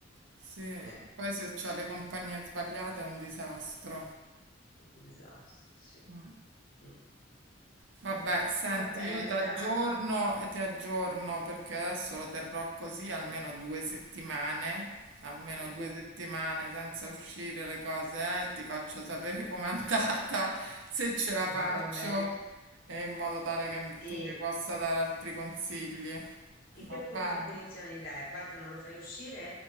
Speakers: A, on the right; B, on the left.
A: sì,
B: Eh,
A: poi se c'ha le compagnie sbagliate è un disastro.
B: un disastro, sì.
A: Mm.
B: Mm.
A: Vabbè, senti,
B: Va bene,
A: io ti aggiorno
B: dai.
A: e ti aggiorno perché adesso lo terrò così almeno due settimane, almeno
B: <laughs>
A: due settimane senza uscire le cose, eh, ti faccio sapere com'è andata, se ce la faccio,
B: Va bene.
A: e in modo tale che
B: Sì.
A: tu mi possa dare altri consigli.
B: E
A: Va
B: che
A: bene?
B: fun- punizione gli dai? A parte non lo fai uscire?